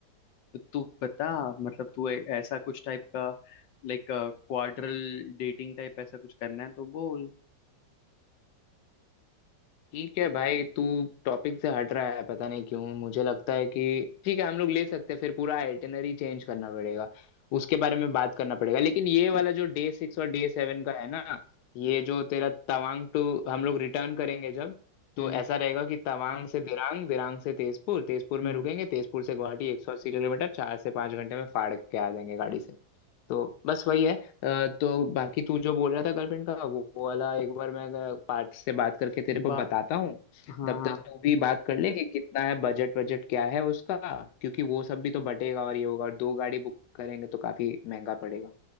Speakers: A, on the left; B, on the left.
A: तो तू पता मतलब तू ए- ऐसा कुछ टाइप का लाइक क्वाड्रल डेटिंग टाइप ऐसा कुछ करना है तो बोल
B: ठीक है भाई तू टॉपिक से हट रहा है पता नहीं क्यों मुझे लगता है कि ठीक है हम लोग ले सकते हैं फिर पूरा आइटिनरी चेंज करना पड़ेगा उसके बारे में बात करना पड़ेगा लेकिन ये
A: च-
B: वाला जो डे सिक्स और डे सेवन का है ना ये जो तेरा तवांग टू हम लोग रिटर्न करेंगे जब तो
A: हम्म
B: ऐसा रहेगा कि तवांग से दिरांग दिरांग से तेजपुर तेजपुर में
A: हम्म
B: रुकेंगे तेजपुर से गुवाहाटी एक सौ अस्सी किलोमीटर चार से पाँच घंटे में फाड़ के आ जाएंगे गाड़ी से तो बस वही है अ, तो बाकी तू जो बोल रहा था गर्लफ्रेंड का वो वो वाला एक बार मैं पार्थ से बात करके तेरे को
A: बा
B: बताता हूँ
A: हाँ
B: तब
A: हाँ
B: तक तू भी बात कर ले कि कितना है बजट बजट क्या है उसका क्योंकि वो सब भी तो बटेगा और ये होगा और दो गाड़ी बुक करेंगे तो काफी महंगा पड़ेगा